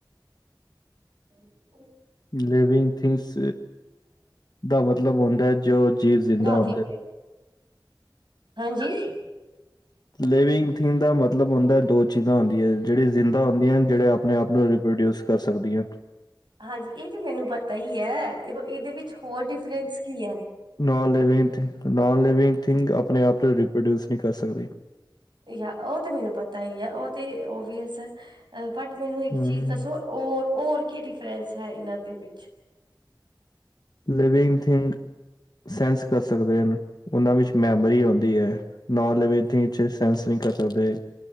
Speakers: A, on the right; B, on the left.
A: ਅਤੇ ਹੋਰ।
B: ਲਿਵਿੰਗ ਥਿੰਗਸ ਦਾ ਮਤਲਬ ਹੁੰਦਾ ਹੈ ਜੋ ਜੀਵ ਜਿੰਦਾ
A: ਰਾਤੀ
B: ਹੁੰਦੇ।
A: ਹਾਂਜੀ।
B: ਲਿਵਿੰਗ ਥਿੰਗ ਦਾ ਮਤਲਬ ਹੁੰਦਾ ਦੋ ਚੀਜ਼ਾਂ ਹੁੰਦੀਆਂ। ਜਿਹੜੀ ਜਿੰਦਾ ਹੁੰਦੀਆਂ ਜਿਹੜੇ ਆਪਣੇ ਆਪ ਨੂੰ ਰਪ੍ਰੋਡਿਊਸ ਕਰ ਸਕਦੀਆਂ।
A: ਹਾਂਜੀ ਇਹ ਤੇ ਮੈਨੂੰ ਪਤਾ ਹੀ ਹੈ ਇਹਦੇ ਵਿੱਚ ਹੋਰ ਡਿਫਰੈਂਸ ਕੀ ਹੈ।
B: ਨ ਲਿਵ ਨਨ ਲਿਵਿੰਗ ਥਿੰਗ ਆਪਣੇ ਆਪ ਨੂੰ ਰੀਪ੍ਰੋਡਿਊਸ ਨਹੀਂ ਕਰ ਸਕਦੀ।
A: ਯ ਉਹ ਤੇ ਮੈਨੂੰ ਪਤਾ ਹੀ ਹੈ ਉਹ ਤੇ ਓਵੀਅਸ ਹੈ ਬਟ। ਮੈਨੂੰ ਇੱਕ
B: ਹੂੰ
A: ਚੀਜ਼ ਦੱਸੋ ਹੋਰ ਹੋਰ ਕੀ ਡਿਫਰੈਂਸ ਹੈ ਇਹਨਾਂ ਦੇ ਵਿੱਚ।
B: ਲਿਵਿੰਗ ਥਿੰਗ ਸੈਂਸ ਕਰ ਸਕਦੇ ਹਨ। ਉਹਨਾਂ ਵਿੱਚ ਮੈਮਰੀ ਆਉਂਦੀ ਹੈ ਨੋ ਲਵੇਥਿੰਗ ਸੈਂ। ਕਰ ਸਕਦੇ